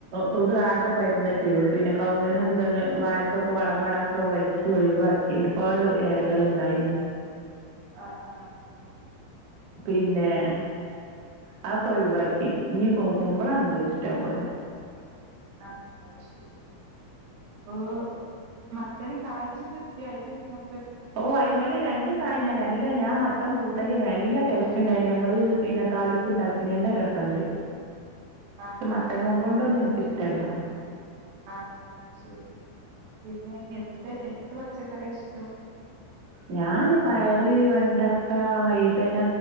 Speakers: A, on the right (about 65°); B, on the right (about 85°).
A: തൊടു ആക പരുന്നിട്ട് പിന്നെ കൗവുങ്ങിനും ഇന്തെങ്ങ വാഴക്കൊക്കെ വളമടൊക്കെ വലിച്ചച്ച് ഒഴിവാക്കി ഒരുപാട് എലകളുണ്ടായിന്
B: ആ.. ആ..
A: പിന്നെ അതൊക്കെ ഒഴിവാക്കി ഇനി കുമ്പളംഉണ്ട് ഇഷ്ടം പോലെ
B: ആഹ! അയ് ശരി അപ്പൊ മത്തേന് കാഴ്ചിട്ടില്ല അതിന്റെ മുന്നെ
A: ഓ അയിമെല് രണ്ട് കായനായിന് എല്ല ഞാൻ മത്തം കൂട്ടലില്ല ടേസ്റ്റ് ഉണ്ടായിന് ഞങ്ങള് പിന്നെ താളി പ്പ ഉണ്ടാക്കിന് നല്ല രസണ്ട്
B: ആഹ്
A: മത്തനും
B: ആഹ്
A: കൊണ്ടൊന്നും എനിക്കിഷ്ടല്ല
B: ആഹ് ശരി പിന്നെ എന്ത് എന്ത് പച്ചക്കറിയാ ഇഷ്ടം
A: ഞാന് പയറ് വെണ്ടക്ക വൈതന